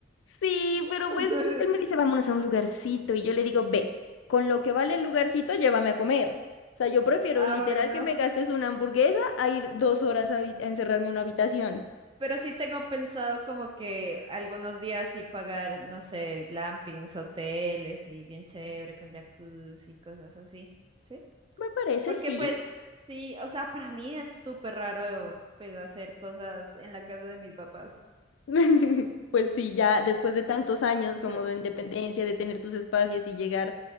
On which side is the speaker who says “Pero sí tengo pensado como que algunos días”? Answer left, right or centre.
Right